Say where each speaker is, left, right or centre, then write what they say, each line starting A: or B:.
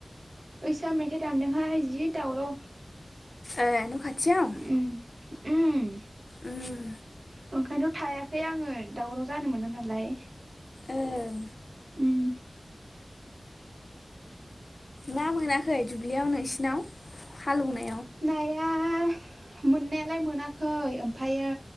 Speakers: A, on the right (about 75°); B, on the left (about 60°).
A: ओइसा मेथाइ दामदोंहाय जि दावराव।
B: ओह न खाथियाव।
A: उम उम
B: ओम
A: ओंखायनोथ थायाखैआङो दावराव जानो मोना नालाय।
B: ओं
A: उम।
B: ना मोनाखै दुब्लियाव नोंसिनाव हालौना
A: नाया मोननायालाय मोनाखै ओमफायो